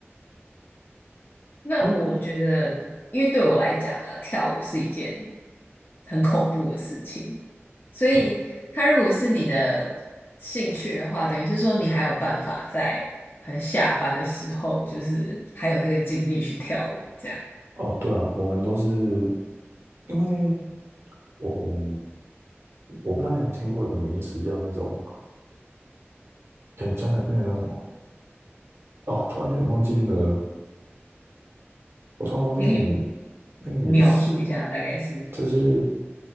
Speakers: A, on the left; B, on the right.
A: 那我觉得，
B: 你、
A: 因为对我来讲啦，跳舞是一件很恐怖的事情，所以他如果是你的兴趣的话，
B: 嗯、
A: 等于是说你还有办法在很下班的时候，就是还有那个精力去跳舞，这样。
B: 哦，对啊，我们都是因为我我不知道你们听过一个名词叫那种，诶，叫那那个叫什么？哦，突然间我忘记那个，我突然忘记那个名
A: 你可以
B: 那个名词，
A: 描述一下，大概是
B: 就是